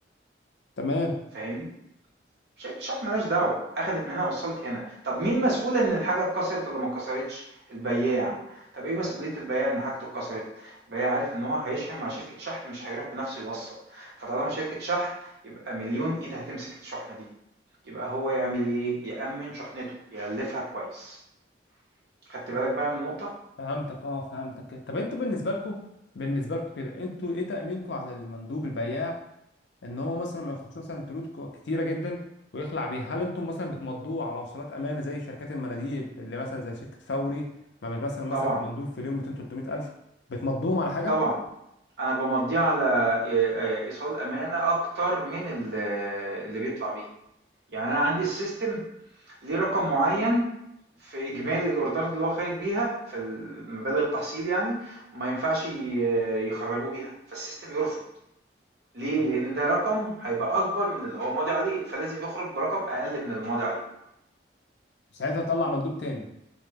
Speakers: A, on the left; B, on the right.
A: تمام
B: فاهمني؟ شركة الشحن ملهاش دعوة أخدت من هنا وصلت هنا طب مين مسؤول إن الحاجة اتكسرت ولا ما اتكسرتش؟ البياع طب إيه مسؤولية البياع إن حاجته اتكسرت؟ البياع عارف إن هو هيشحن مع شركة شحن مش هيروح بنفسه يوصل فطالما شركة شحن يبقى مليون إيد هتمسك الشحنة دي يبقى هو يعمل ايه يأمن شحنته يغلفها كويس خدت
A: فهمت-
B: بالك بقى من نقطة؟
A: فهمتك اه فهمتك كده. طب انتوا بالنسبه لكم بالنسبه لكم كده انتوا ايه تأمينكم على المندوب البياع ان هو مثلا ما ياخدش مثلا تلوت كو- كتيره جدا ويخلع بيها هل انتم مثلا بتمضوه على وصلات امانه زي شركات المناديب اللي مثلا زي شركه فوري ما بت- مثلا مسك
B: طبعًا،
A: المندوب في اليوم 200 300 الف بتمضوهم على حاجه
B: طبعًا. أنا بامضّيه على آآ، آآ، إيصال أمانة أكتر من ال اللي بيطلع بيه. يعني أنا عندي الsystem ليه رقم معيّن في إجمالي الأوردرات اللي هو خارج بيها في المبالغ التحصيل يعني ما ينفعش ي يخرّجوه بيها، فالsystem يرفض. ليه؟
A: طب-
B: لإن ده رقم هيبقى أكبر من اللي هو ماضي عليه، فلازم يخرج برقم أقل من الماضي عليه.
A: وساعتها تطلع مندوب تاني